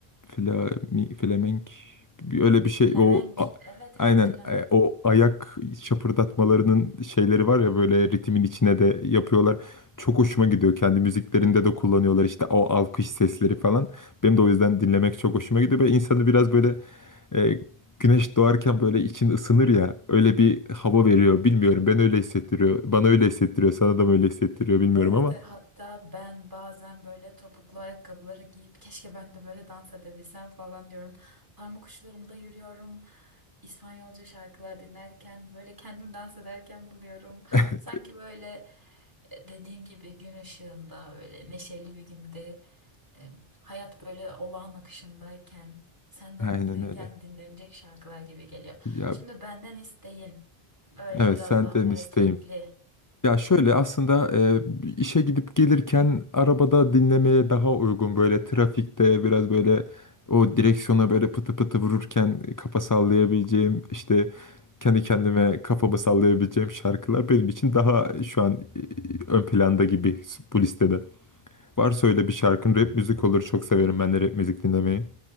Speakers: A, on the left (about 25°); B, on the right (about 20°).
A: flami, flamenk bir- öyle bir şey
B: Flamenk.
A: o a-
B: Evet evet
A: aynen
B: flamenk.
A: e, o ayak şapırdatmalarının şeyleri var ya böyle ritmin içine de yapıyorlar. Çok hoşuma gidiyor. Kendi müziklerinde de kullanıyorlar işte o alkış sesleri falan. Benim de o yüzden dinlemek çok hoşuma gidiyor ve insanı biraz böyle e, Güneş doğarken böyle için ısınır ya öyle bir hava veriyor bilmiyorum ben öyle hissettiriyor bana öyle hissettiriyor sana da mı öyle hissettiriyor bilmiyorum
B: Evet,
A: ama
B: e, hatta ben bazen böyle topuklu ayakkabıları giyip keşke ben de böyle dans edebilsem falan diyorum. Parmak uçlarımda yürüyorum. İspanyolca şarkılar dinlerken böyle kendim dans ederken buluyorum.
A: <laughs> evet
B: Sanki böyle e, dediğin gibi gün ışığında böyle neşeli bir günde e, hayat böyle olağan akışındayken sen de
A: aynen
B: mutluyken
A: öyle
B: dinlenecek şarkılar gibi geliyor.
A: ya
B: Şimdi benden isteyin böyle
A: evet
B: biraz
A: senden
B: daha hareketli.
A: isteğim ya şöyle aslında e, işe gidip gelirken arabada dinlemeye daha uygun böyle trafikte biraz böyle o direksiyona böyle pıtı pıtı vururken kafa sallayabileceğim işte kendi kendime kafamı sallayabileceğim şarkılar benim için daha şu an e, ön planda gibi bu listede. Varsa öyle bir şarkın rap müzik olur. Çok severim ben de rap müzik dinlemeyi.